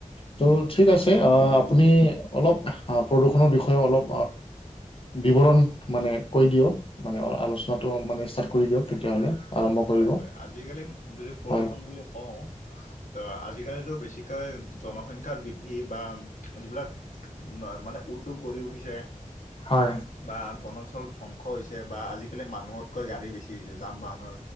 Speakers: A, on the left; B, on the left.
A: ত' ঠিক
B: উম
A: আছে আপুনি অলপ প্ৰদূষণৰ বিষয়ে অলপ বিৱৰণ মানে কৈ দিয়ক মানে আলোচনাটো মানে ষ্টাৰ্ট কৰি দিয়ক তেতিয়াহ'লে আৰম্ভ কৰিব
B: হয় হয় আজিকালি যদি প্ৰদূষণ
A: হয়
B: বুলি ক অওঁ তো আজিকালিতো বেছিকৈ জনসংখ্যাৰ বৃদ্ধি বা যিবিলাক মানে উদ্যোগ গঢ়ি উঠিছে
A: হয়
B: বা বনাঞ্চল ধ্বংস হৈছে বা আজিকালি মানুহতকৈ গাড়ী বেছি হৈছে যান বাহনৰ